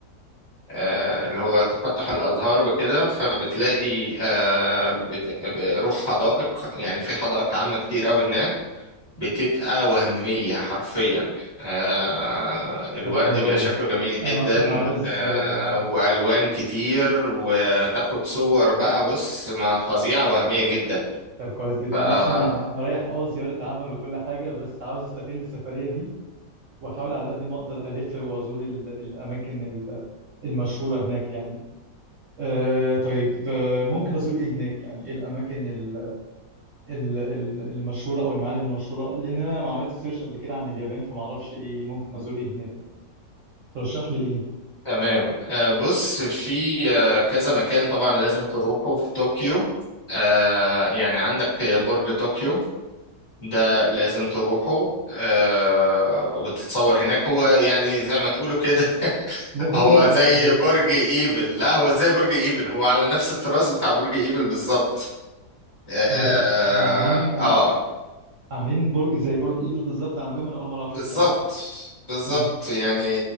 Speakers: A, on the left (about 30°); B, on the right (about 60°).
A: آه، اللي هو تفتح الازهار وكده فبتلاقي آه، بت- ب- روح حدائق يعني في حدائق عامة كتير قوي هناك بتبقى وهمية حرفيا آه، الورد
B: طب حلو
A: بيبقى
B: قوي
A: شكله جميل جدا
B: انا اصلا عاوز
A: آه،
B: آه،
A: والوان كتير وتاخد صور بقى بص مع الطبيعة وهمية جدا
B: طب طب كويس جدا
A: فأكيد
B: انا اصلا يعني انا رايح اه زياره عمل وكل حاجه بس عاوز استغل السفريه دي واحاول على قد ما اقدر الف وازور ال- الاماكن ال- المشهوره هناك يعني أه طيب آه، ممكن ازور ايه هناك يعني ايه الاماكن ال- ال- ال- المشهوره او المعالم المشهوره لان انا ما عملتش سيرش قبل كده عن اليابان فما اعرفش ايه ممكن ازور ايه هناك يعني ترشح لي ايه
A: تمام آه، بص في آه، كذا مكان طبعا لازم تروحه في طوكيو آه، يعني عندك برج طوكيو ده لازم تروحه آه، وتتصور هناك هو يعني زي ما تقولوا كده <laughs>
B: زي برج
A: هو
B: القاهره
A: زي
B: كده
A: برج ايفل لا هو زي برج ايفل هو على نفس الطراز بتاع برج ايفل بالظبط اه
B: بجد انا
A: آه،
B: عاملين
A: آه،
B: عاملين برج زي برج ايفل بالظبط عندهم انا اول مره اعرف
A: بالظبط
B: الكلام ده
A: بالظبط
B: امم
A: يعني